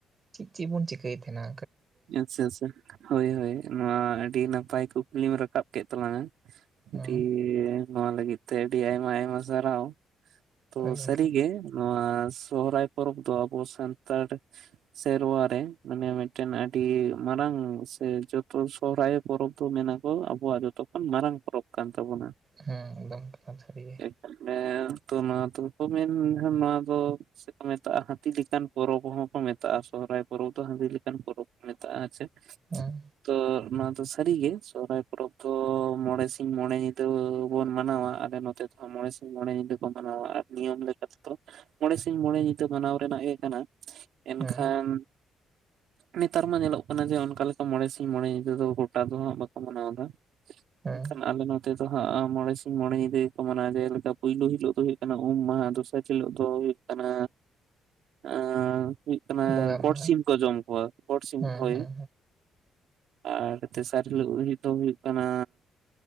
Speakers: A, on the right; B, on the right.
A: ᱪᱤᱜ ᱪᱤᱜ ᱵᱚᱱ ᱪᱤᱠᱟᱹᱭ ᱛᱷᱮᱱᱟ?
B: ᱟᱪᱪᱷᱟ ᱟᱪᱪᱷᱟ ᱦᱳᱭ ᱦᱳᱭ ᱱᱚᱣᱟ ᱟᱹᱰᱤ ᱱᱟᱯᱟᱭ ᱠᱩᱠᱞᱤ ᱨᱟᱠᱟᱵ ᱠᱮᱫ ᱛᱟᱞᱟᱝ-ᱟ᱾
A: ᱦᱮᱸ ᱦᱮᱸ
B: ᱫᱤᱭᱮ ᱱᱚᱣᱟ ᱞᱟᱹᱜᱤᱫ ᱛᱮ ᱟᱹᱰᱤ ᱟᱭᱢᱟ ᱟᱭᱢᱟ ᱥᱟᱨᱦᱟᱣ ᱛᱚ
A: ᱦᱳᱭ ᱜᱚᱝᱠᱮ
B: ᱥᱟᱹᱨᱤ ᱜᱮ ᱾ ᱱᱚᱣᱟ ᱥᱚᱦᱨᱟᱭ ᱯᱚᱨᱚᱵᱽ ᱫᱚ ᱟᱵᱚ ᱥᱟᱱᱛᱟᱲ ᱥᱮᱨᱣᱟ ᱨᱮ ᱢᱟᱱᱮ ᱢᱤᱫ ᱴᱮᱱ ᱟᱹᱰᱤ ᱢᱟᱨᱟᱝ ᱥᱮ ᱡᱚᱛᱚ ᱥᱚᱦᱚᱨᱟᱭ ᱯᱚᱨᱚᱵᱽ ᱫᱚ ᱢᱮᱱᱟ ᱠᱚ ᱟᱵᱚᱣᱟᱜ ᱡᱚᱛᱚ ᱠᱷᱚᱱ ᱢᱟᱨᱟᱝ ᱯᱚᱨᱚᱵᱽ ᱾ ᱠᱟᱱ ᱛᱟᱵᱚᱱᱟ ᱾
A: ᱦᱮᱸ ᱮᱠᱫᱚᱢ ᱠᱟᱛᱷᱟᱱ ᱥᱟᱹᱨᱤ ᱜᱮ ᱾
B: ᱮ ᱛᱚ ᱱᱚᱣᱟ ᱫᱚ ᱢᱮᱱ ᱱᱚᱣᱟ ᱫᱚ ᱥᱮᱠᱚ ᱢᱮᱛᱟᱜ-ᱟ ᱦᱟᱹᱛᱤ ᱞᱮᱠᱟᱱ ᱯᱚᱨᱚᱵᱽ ᱦᱚᱸᱠᱚ ᱢᱮᱛᱟᱜ-ᱟ ᱥᱚᱨᱦᱟᱭ ᱯᱚᱨᱚᱵᱽ ᱫᱚ ᱦᱟᱹᱛᱤ ᱞᱮ ᱠᱟᱱ ᱯᱚᱨᱚᱵᱽ ᱠᱚ ᱢᱮᱛᱟᱜ ᱟᱪᱮ᱾
A: ᱦᱩᱸ᱾
B: ᱛᱚ ᱱᱚᱣᱟ ᱫᱚ ᱥᱟᱹᱨᱤ ᱜᱮ ᱥᱚᱨᱦᱟᱭ ᱯᱚᱨᱚᱵᱽ ᱫᱚ ᱢᱚᱬᱮ ᱥᱤᱧ ᱢᱚᱬᱮ ᱧᱤᱫᱟᱹ ᱵᱚᱱ ᱢᱟᱱᱟᱣᱟ ᱟᱞᱮ ᱱᱚᱛᱮ ᱛᱮ ᱢᱚᱬᱮ ᱥᱤᱧ ᱢᱚᱬ ᱧᱤᱫᱟᱹ ᱠᱚ ᱢᱟᱱᱟᱣᱟ ᱟᱨ ᱱᱤᱭᱚᱢ ᱞᱮᱠᱟ ᱞᱮᱠᱟᱛᱮᱫᱚ ᱢᱚᱲᱮ ᱥᱤᱧ ᱢᱚᱲᱮ ᱧᱤᱫᱟᱹ ᱢᱟᱱᱟᱣ ᱨᱮᱱᱟᱜ ᱜᱮ ᱠᱟᱱᱟ ᱮᱱᱠᱷᱟᱱ
A: ᱦᱮᱸ
B: ᱱᱮᱛᱟᱨ ᱢᱟ ᱧᱮᱞᱚᱜ ᱠᱟᱱᱟ ᱡᱮ ᱚᱱᱞᱮᱠᱟ ᱢᱚᱬᱮ ᱥᱤᱧ ᱢᱚᱬᱮ ᱧᱤᱫᱟᱹ ᱫᱚ ᱜᱚᱴᱟ ᱫᱚ ᱦᱟᱸᱜ ᱵᱟᱠᱚ ᱢᱟᱱᱟᱣ ᱮᱫᱟ᱾
A: ᱦᱮᱸ
B: ᱮᱠᱟᱞ ᱟᱞᱮ ᱱᱚ ᱛᱮ ᱫᱚ ᱦᱟᱸᱜ ᱢᱚᱲᱮ ᱥᱤᱧ ᱢᱚᱲᱮ ᱧᱤᱫᱟᱹ ᱜᱮ ᱠᱚ ᱢᱟᱱᱟᱣᱟ ᱡᱮᱞᱮᱠᱟ ᱯᱩᱭᱞᱩ ᱦᱤᱞᱳᱜ ᱫᱚ ᱦᱩᱭᱩᱜ ᱠᱟᱱᱟ ᱩᱢ ᱢᱟᱦᱟ ᱫᱚᱥᱟᱨ ᱦᱤᱞᱚᱜ ᱫᱚ ᱦᱩᱭᱩᱜ ᱠᱟᱱᱟ ᱟ ᱦᱩ ᱠᱟᱱᱟ
A: ᱵᱚᱸᱜᱟ
B: ᱜᱚᱴ
A: ᱢᱟᱦᱟ
B: ᱥᱤᱢ ᱠᱚ ᱡᱚᱢ ᱠᱚᱣᱟ ᱜᱚᱴ ᱥᱤᱢ
A: ᱦᱮᱸ
B: ᱦᱟᱹᱭ᱾
A: ᱦᱮᱸ
B: ᱟᱨ ᱛᱮᱥᱟᱨ ᱦᱤᱞᱳᱜ ᱫᱚ ᱦᱩᱭᱩᱜ ᱠᱟᱱᱟ